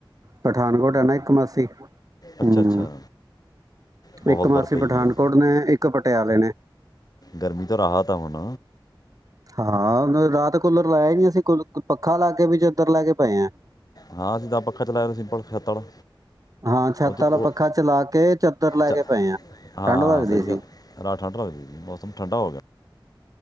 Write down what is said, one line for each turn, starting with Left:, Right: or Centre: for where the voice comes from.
Right: ਪਠਾਨਕੋਟ ਹੈ ਨਾ ਇੱਕ ਮਾਸੀ।
Left: ਅੱਛਾ
Right: ਹਮ,
Left: ਅੱਛਾ ਬਹੁਤ
Right: ਇੱਕ ਮਾਸੀ
Left: ਬਰਫ਼ ਪਈ
Right: ਪਠਾਨਕੋਟ
Left: ਵੀ ਆ
Right: ਨੇ ਇੱਕ ਪ ਟਿਆਲੇ ਨੇ
Left: ਗਰਮੀ ਤੋਂ ਰਾਹਤ ਆਂ ਹੁਣ
Right: ਹਾਂ ਉਹਨ ਰਾਤ ਕੂਲਰ ਲਾਇਆ ਨੀ ਅਸੀਂ ਪੱਖਾ ਲਾ ਕੇ ਵੀ ਚੱਦਰ ਲੈ ਕੇ ਪਏ ਆ
Left: ਹਾਂ ਅਸੀਂ ਤਾ ਪੱਖਾ ਚਲਾਇਆ ਸੀ। ਪਲ ਛੱਤ ਆਲਾ
Right: ਹਾਂ ਛੱਤ
Left: ਉਹ
Right: ਵਾਲਾ
Left: ਉਹ
Right: ਪੱਖਾ ਚਲਾ ਕੇ ਚੱਦਰ ਲੈ
Left: ਚ
Right: ਕੇ ਪਏ ਆ
Left: ਹਾਂ
Right: ਠੰਡ ਲੱਗਦੀ
Left: ਸਹੀ
Right: ਸੀ
Left: ਗੱਲ ਰਾਤ ਠੰਡ ਲਗਦੀ ਸੀ ਮੌਸਮ ਠੰਡਾ ਹੋ ਗਿਆ